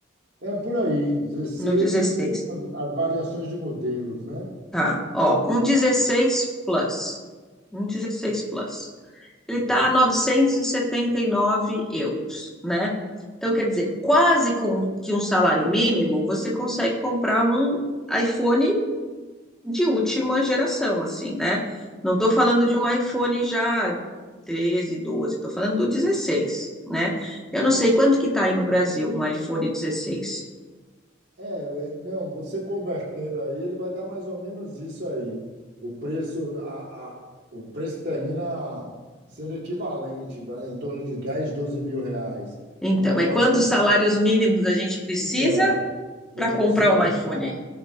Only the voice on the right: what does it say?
É por aí, 16
e as, as variações de modelos, né?
É.
É, é, não, você convertendo aí, ele vai dar mais ou menos isso aí. O preço, a, a- o preço termina sendo equivalente, vai, em torno de 10, 12 mil reais.
Agora,
quando,
você, é, quando
você compara,